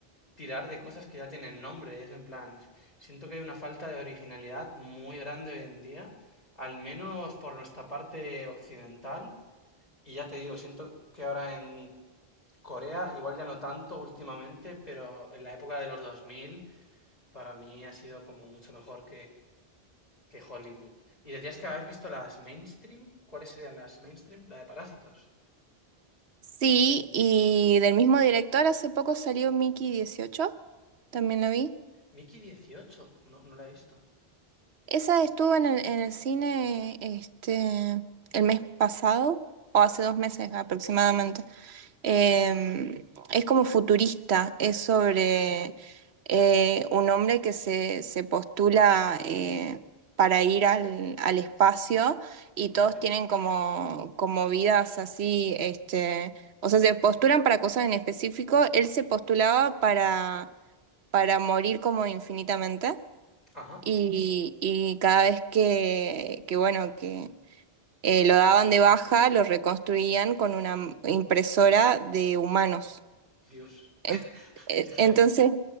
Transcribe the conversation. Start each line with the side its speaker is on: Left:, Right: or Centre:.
Left: tirar de cosas que ya tienen nombre. Y es en plan, f- siento que hay una falta de originalidad muy grande hoy en día, al menos por nuestra parte occidental. Y ya te digo, siento que ahora en Corea, igual ya no tanto últimamente, pero en la época de los 2000 para mí ha sido como mucho mejor que Hollywood. Y decías que habías visto las mainstream. ¿Cuáles serían las mainstream? La de Parásitos.
Right: Sí, y del mismo director hace poco salió Mickey 18, también lo vi.
Left: Mickey 18. No, no la he visto.
Right: Esa estuvo en el, en el cine este, el mes pasado, o hace dos meses aproximadamente. Eh, es como futurista, es sobre eh, un hombre que se, se postula eh, para ir al, al espacio y
Left: ¿Vale?
Right: todos tienen como, como vidas así, este, o sea, se postulan para cosas en específico. Él se postulaba para, para morir como infinitamente
Left: Ajá.
Right: y, y cada vez que, que bueno, que eh, lo daban de baja, lo reconstruían con una m- impresora de humanos.
Left: Dios,
Right: En- eh,
Left: qué heavy.
Right: Entonces,